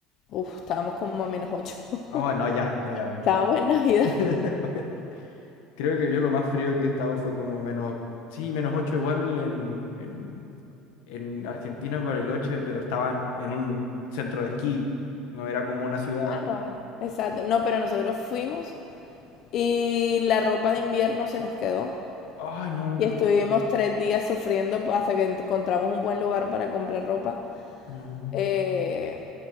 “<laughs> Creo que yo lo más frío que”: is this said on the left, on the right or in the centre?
Left